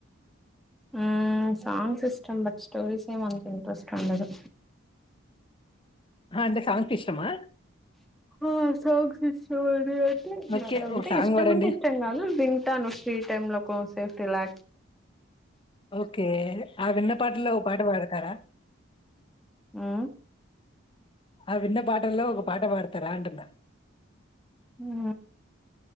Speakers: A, in the centre; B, on the left.
A: ఆ సాంగ్స్ ఇష్టం బట్ స్టోరీసే మనకి ఇంట్రెస్ట్ ఉండదు
B: హ అంటే సాంగ్స్ ఇష్టమా
A: ఆ సాంగ్స్ ఇష్టం అని అ
B: ఓకే
A: అంటే
B: ఒక సాంగ్
A: ఇష్టం
B: పాడండి
A: అంటే ఇష్టం కాదు వింటాను ఫ్రీ టైమ్ లో కోసేపు రిలా
B: ఓకే ఆ విన్న పాటల్లో ఒక పాట పాడతారా
A: ఆ
B: ఆ విన్న పాటల్లో ఒక పాట పాడతారా అంటున్నా
A: ఊ